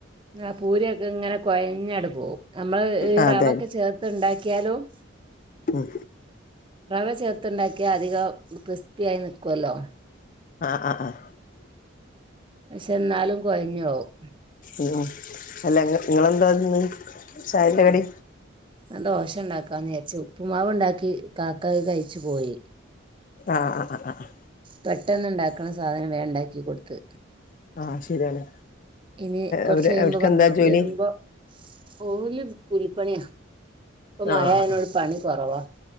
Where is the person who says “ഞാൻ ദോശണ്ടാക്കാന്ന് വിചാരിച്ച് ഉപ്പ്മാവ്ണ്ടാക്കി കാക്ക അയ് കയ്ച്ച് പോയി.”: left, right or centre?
Right